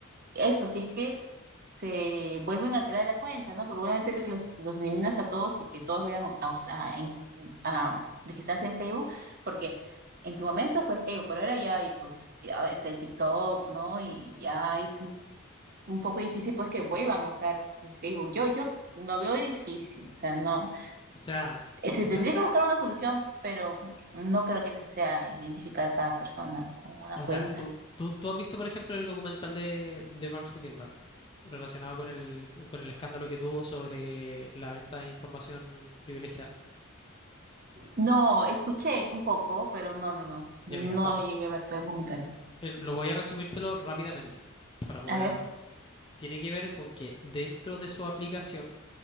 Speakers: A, on the right (about 45°); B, on the left (about 25°).
A: eso, si es que se vuelven a crear la cuenta, ¿no? Probablemente los, los eliminas a todos y que todos vayan a, us- a- en- a registrarse en Facebook, porque en su momento fue Facebook, pero ahora ya hay pues ya está el TikTok, ¿no? Y ya es un, un poco difícil pues que vuelvan a usar el Facebook. Yo, yo lo veo difícil, o sea, no.
B: O sea,
A: Eh, Se
B: o sea,
A: tendría que buscar una solución, pero no creo que esa sea identificar cada persona con una
B: o
A: cuenta.
B: sea, tú, tú, tú has visto, por ejemplo, el documental de, de Mark Zuckerberg relacionado con el, con el escándalo que tuvo sobre la venta de información privilegiada.
A: No, escuché un poco, pero no, no, no.
B: Ya
A: No
B: mira, pasa.
A: llegué a ver todo el documental.
B: eh, Lo voy a resumírtelo rápidamente para poder...
A: A ver,
B: Tiene que ver con que dentro de su aplicación